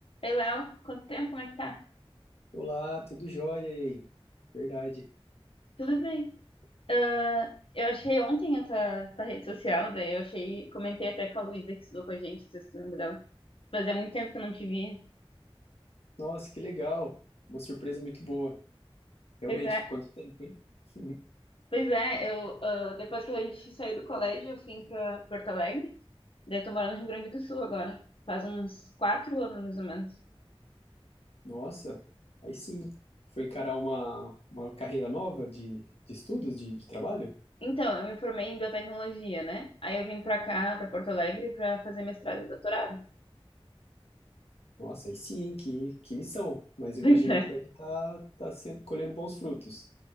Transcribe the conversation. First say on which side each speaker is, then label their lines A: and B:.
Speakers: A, on the left; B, on the left.
A: Ei, Léo, quanto tempo? Como é que tá?
B: Olá, tudo jóia e aí? Verdade.
A: Tudo bem. Ah, eu achei ontem a tua, tua rede social, daí eu achei, comentei até com a Luísa que estudou com a gente, não sei se tu lembra dela. Fazia muito tempo que eu não te via.
B: Nossa, que legal. Uma surpresa muito boa. Realmente,
A: Pois é,
B: foi quanto tempo, hein? <laughs>
A: pois é, eu, ah, depois que a gente saiu do colégio, eu fui pra Porto Alegre, daí eu tô morando no Rio Grande do Sul agora, faz uns quatro anos mais ou menos.
B: Nossa, aí sim. Foi encarar uma, uma carreira nova de, de estudos, de, de trabalho?
A: Então, eu me formei em biotecnologia, né? Aí eu vim pra cá, pra Porto Alegre, pra fazer mestrado e doutorado. <laughs>
B: Nossa, aí sim, hein? Que, que missão. Mas eu
A: Pois
B: imagino
A: é.
B: que deve estar tá, tá sendo, colhendo bons frutos.